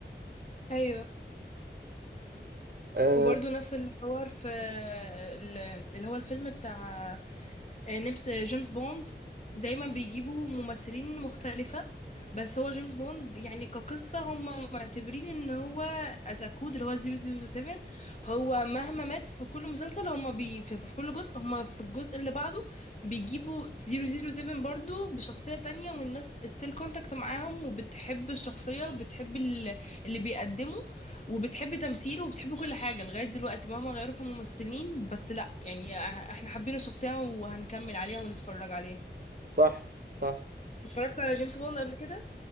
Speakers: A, on the left (about 40°); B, on the right (about 55°).
A: ايوه
B: أه
A: وبرضو نفس الحوار في ال- اللي هو الفيلم بتاع آه، نفس جيمس بوند دايما بيجيبوا ممثلين مختلفة بس هو جيمس بوند يعني كقصة هم معتبرين ان هو از كود اللي هو 007 هو مهما مات في كل مسلسل هم بي في في كل جزء هم في الجزء اللي بعده بيجيبوا 007 برضو بشخصية تانية والناس ستيل كونتاكت معاهم وبتحب الشخصية وبتحب ال- اللي بيقدمه وبتحب تمثيل وبتحب كل حاجة لغاية دلوقتي مهما غيروا في الممثلين بس لا يعني احنا حابين الشخصية وهنكمل عليها ونتفرج عليها
B: صح صح
A: اتفرجت على جيمس بوند قبل كده